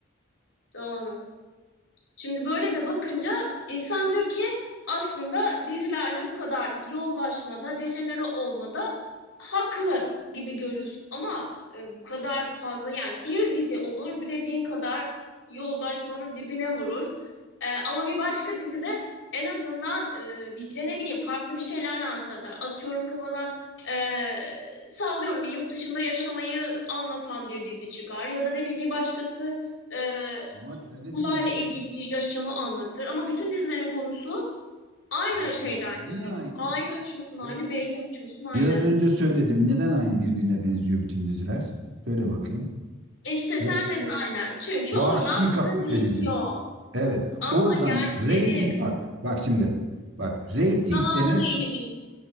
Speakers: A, on the left; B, on the right.
A: Doğru. Şimdi böyle de bakınca insan diyor ki aslında dizilerde bu kadar yozlaşmada, dejenere olmada haklı gibi görüyorsun. Ama e, bu kadar fazla yani bir dizi olur, bir dediğin kadar yozlaşmanın dibine vurur. E, ama bir başka dizide en azından e, bize ne bileyim farklı bir şeyler lanse eder. Atıyorum kafadan e, sallıyorum bir yurt dışında yaşamayı anlatan bir dizi çıkar ya da ne bileyim bir başkası e,
B: Ama ne dedim
A: uzayla
B: ben sana?
A: ilgili bir yaşamı anlatır. Ama bütün dizilerin konusu aynı
B: Hayır
A: şeyden
B: hayır. Niye
A: gidiyor.
B: aynı?
A: A'yı açıyorsun aynı,
B: Bir-
A: B'yi açıyorsun aynı.
B: Biraz önce söyledim. Neden aynı birbirine benziyor bütün diziler? Söyle bakayım.
A: E İşte sen
B: Biraz-
A: dedin aynen. Çünkü
B: Vahşi
A: oradan para
B: kapitalizm.
A: geliyor.
B: Evet.
A: Ama
B: Oradan
A: yani
B: reyting
A: nereye?
B: bak. Bak şimdi. Bak reyting
A: Zavallı
B: demek
A: beynimiz.